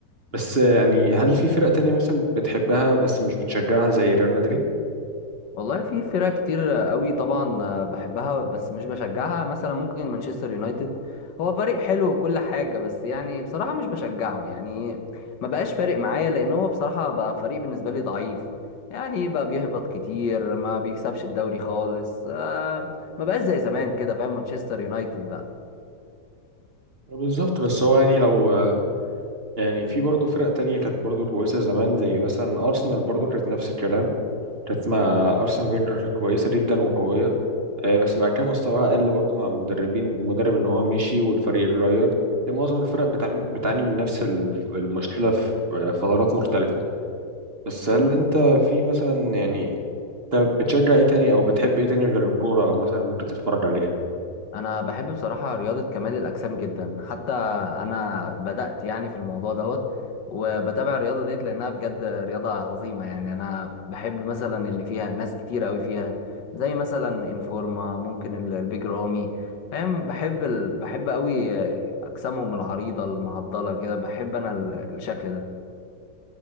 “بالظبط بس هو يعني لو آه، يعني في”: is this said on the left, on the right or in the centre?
Right